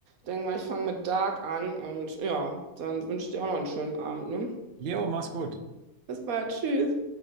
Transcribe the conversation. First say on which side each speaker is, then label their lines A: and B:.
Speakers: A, on the right (about 85°); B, on the right (about 55°).
A: denke mal, ich fange mit Dark an. Und ja, dann wünsche ich dir auch noch einen schönen Abend, ne?
B: Jo, mach's gut.
A: Bis bald. Tschüss.